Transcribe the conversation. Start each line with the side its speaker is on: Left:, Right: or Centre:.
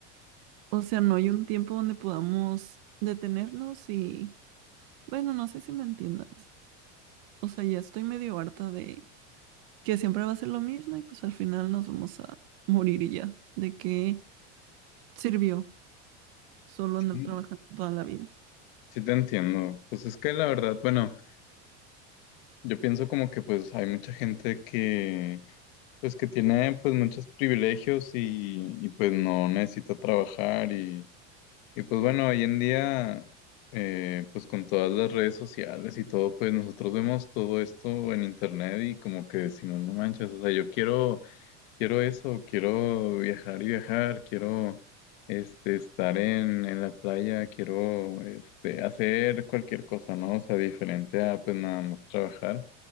Right: O sea, no hay un tiempo donde podamos detenernos y, bueno, no sé si me entiendas. O sea, ya estoy medio harta de que siempre va a ser lo mismo y pues al final nos vamos a morir y ya. ¿De qué sirvió solo andar
Left: Sí,
Right: trabajando toda la vida?
Left: sí te entiendo. Pues es que la verdad, bueno, yo pienso como que pues hay mucha gente que Pues que tiene pues muchos privilegios y, y, pues no necesita trabajar y, y, pues bueno, hoy en día eh, pues con todas las redes sociales y todo, pues nosotros vemos todo esto en internet y como que decimos, no manches, o sea, yo quiero, quiero eso, quiero viajar y viajar, quiero este, estar en, en la playa, quiero este, hacer cualquier cosa, ¿no? O sea, diferente a pues nada más trabajar.